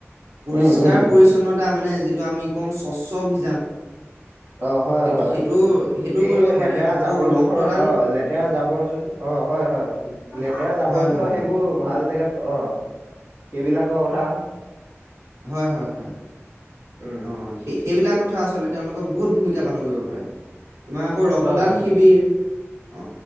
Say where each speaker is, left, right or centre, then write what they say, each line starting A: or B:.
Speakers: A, on the right; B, on the right.
A: পৰিষ্কাৰ-পৰিচ্ছন্নতা
B: উম উম
A: মানে যিটো আমি কওঁ স্বচ্ছ অভিযান।
B: অ হয়
A: এইটো
B: হয়
A: সেইটো সেইটো
B: এই
A: কৰিব পাৰে
B: লেতেৰা
A: আকৌ
B: জাবৰ
A: ৰক্তদান
B: জোথৰ অ লেতেৰা জাবৰ জোথৰ অ হয় হয়
A: হ-
B: লেতেৰা জাবৰ
A: হয়
B: জোঁথৰ
A: হয় হয়
B: সেইবোৰ ভাল জেগাত অ সেইবিলাকৰ কথা
A: হয় হয় হয়।
B: উম
A: অ সেই সেইবিলাক কথা আচলতে তেওঁলোকৰ বহুত ভূমিকা পালন কৰিব পাৰে। তোমাৰ আকৌ ৰক্তদান
B: হয় হয়
A: শিবিৰ, অ